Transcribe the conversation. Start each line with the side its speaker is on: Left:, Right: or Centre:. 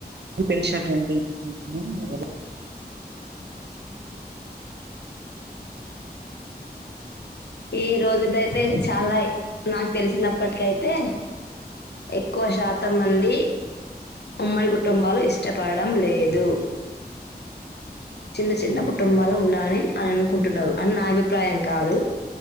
Right: మీకు తెలిసినటువంటి నేశ్నో వడ
Left: ఈ రోజుదయితే చాలా ఐ నాకు తెలిసినప్పటికే అయితే ఎక్కువ శాతం మంది ఉమ్మడి కుటుంబాలు ఇష్టపడడం లేదు చిన్న చిన్న
Right: హ్మ్.
Left: కుటుంబాలు ఉండడాలి అని అనుకుంటున్నారు అని నా అభిప్రాయం కాదు